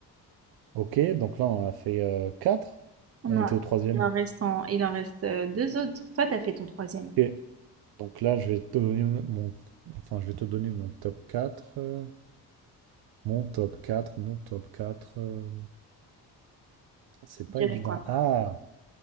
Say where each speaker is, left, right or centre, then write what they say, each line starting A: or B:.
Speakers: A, on the right; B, on the right.
A: Ok, donc là, on en a fait euh, quatre.
B: On
A: On
B: en-
A: était au troisième.
B: il en reste en- il en reste euh, deux autres. Toi, t'as fait ton troisième,
A: Ok, Donc là, je vais te donner mon, enfin, je vais te donner mon top 4. euh, mon top 4. mon top 4. euh, c'est
B: je
A: pas
B: dirais
A: évident.
B: quoi?
A: Ah!